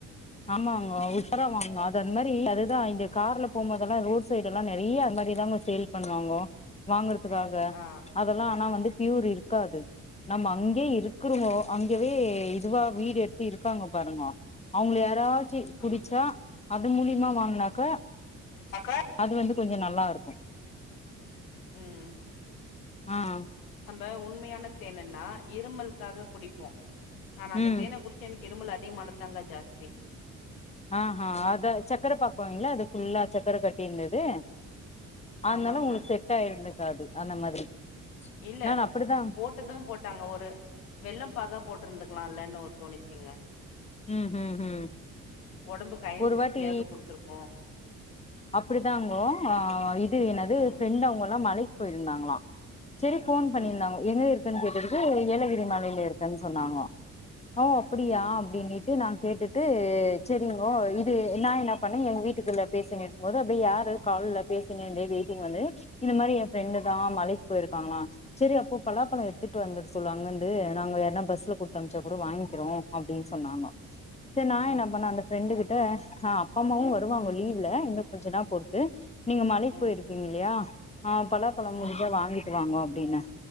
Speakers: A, on the left (about 15°); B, on the left (about 75°).
A: ஆமாங்க உஷாரம் வாங்க அது அந்த மாதிரி அதுதான் இந்த கார்ல போகும் போதெல்லாம் ரோட் சைடுல எல்லாம் நிறைய மாதிரி தங்க சேல் பண்ணுவாங்க வாங்கற க்காக
B: ஆ
A: அதெல்லாம் ஆனா வந்து பியூர் இருக்காது நம்ம அங்கே இருக்கிறோமோ அங்கவே இதுவா வீடு எடுத்து இருக்காங்க பாருங்க அவங்க யார ஆ புடிச்சா
B: ஆமா
A: அது மூலிமா வாங்குனாக்க
B: அக்கா
A: அது வந்து கொஞ்சம் நல்லா இருக்கும்
B: உஹம்
A: ஆஹ்
B: நம்ம உண்மையான தேனுன்னா இருமலுக்காக குடிப்போம் நான் அந்த
A: ம்
B: தேனை குடிச்ச எனக்கு இருமல் அத மானது தாங்க ஜாஸ்தி
A: ஆஹ்ஹ் அதை சர்க்கரை பாக்குாங்களா அது ஃபுல்லா சர்க்கர கட்ட இருந்தாது அதனாலும்
B: ஆமாங்க
A: உங்களுக்கு செட் ஆயிருந்தது து அந்த மாதிரி
B: இல்ல
A: நான் அப்டிதா
B: போட்டதும் போட்டாங்க ஒரு வெள்ளம் பாகா போட்டிருந்துக்கலாம்ல்ல இன்னும் ஒரு தோணிச்சிங்கா
A: உஹம் உம் உம்
B: ஒடம்புக்கு அயன்
A: ஒரு
B: சக்தியாவது
A: வாட்டி
B: குடுத்துருக்கு
A: அப்படிதான்ங்கோ அஹ் இது என்னது
B: ம்
A: ஃப்ரெண்ட் அவங்க எல்லாம் மழ போயிருந்தாங்களாம் சரி போன் பண்ணியிருந்தாங்க
B: ம்
A: எங்க இருக்குன்னு கேட்டு ஏலகிரி மாலையில இருக்குன்னு சொன்னாங்க ஒ அப்படியா
B: ம்
A: நான் கேட்டுட்டு சரிங்கோ இது நான் என்ன பண்ணேன் எங்க வீட்டுக்குள்ள பேசி இருக்கும் போது அப்படியே யாரு காவல பேசின வெயிட்டிங் வந்து இந்த மாதிரி என் ரெண்டு தான் மலைக்கு போயிருக்காங்கள சரிப்போ பலாபழம் எடுத்துட்டு வந்துட்டு சொல்லு அங்கிருந்து நாங்க யாரனா பஸ்ல குடுத்த அனுச்சா கூட வாங்கிக்கிறோம் அப்படின்னு சொன்னாங்கோ சரி நான்
B: ம்
A: என்ன பண்ணே அந்த ஃப்ரெண்டு கிட்ட ஆஹ அம்மாவும் வருவாங்க லீவ்ல கொஞ்சன்னா பொறு நீங்க மழைக்கு
B: ம்
A: போயிருக்கீங்க இல்லையா ஆஹ் பல பழம்
B: ம்
A: முஞ்சா வாங்கிட்டு வாங்க அப்டினா